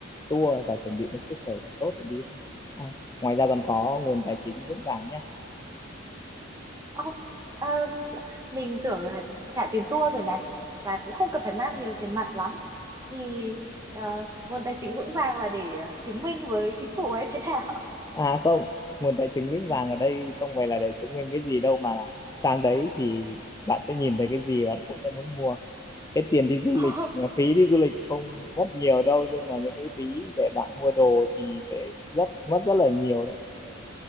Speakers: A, on the left; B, on the right.
A: tour và chuẩn bị một sức khỏe thật tốt để đi thôi. à, ngoài ra còn có nguồn tài chính vững vàng nhé
B: Ồ, ờ, mình tưởng là trả tiền tour rồi này và cũng không cần phải mang nhiều tiền mặt lắm. Thì ờ, nguồn tài chính vững vàng là để ờ, chứng minh với chính phủ hay thế nào?
A: à không nguồn tài chính vững
B: <laughs>
A: vàng ở đây không phải là để chứng minh cái gì đâu mà là sang đấy thì bạn sẽ nhìn thấy cái gì bạn cũng sẽ muốn mua cái tiền đi du
B: Ồ,
A: lịch phí đi du lịch không mất nhiều đâu nhưng mà những cái phí để bạn mua đồ thì sẽ rất mất rất là nhiều đấy